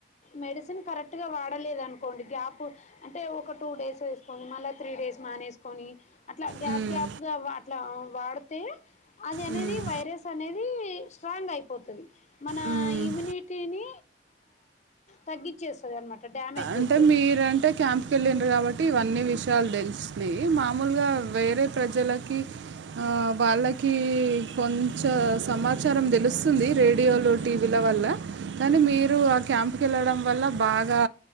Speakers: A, on the left; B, on the right.
A: మెడిసిన్ కరెక్ట్ గా వాడలేద అనుకోండి గ్యాప్ అంటే ఒక టూ డేస్ వేసుకొని మళ్ళా త్రీ డేస్ మానేసుకొని అట్లా గ్యాప్
B: హ్మ్.
A: గ్యాప్ గా అట్లా వాడితే అది అనేది
B: హ్మ్.
A: వైరస్ అనేది స్ట్రాంగ్ అయిపోతుంది మన
B: హ్మ్.
A: ఇమ్యూనిటీని తగ్గించేస్తుంది అనమాట డ్యామేజ్
B: అంటే
A: చేస్తుంది
B: మీరంటే క్యాంప్ క వెళ్ళినారు కాబట్టి ఇవన్నీ విషయాలు తెలిసినియి మామూలుగా వేరే ప్రజలకి ఆ వాళ్ళకి కొంచె సమాచారం తెలుస్తుంది రేడియోలు టీవీల వల్ల కానీ మీరు ఆ క్యాంప్కి వెళ్ళడం వల్ల బాగా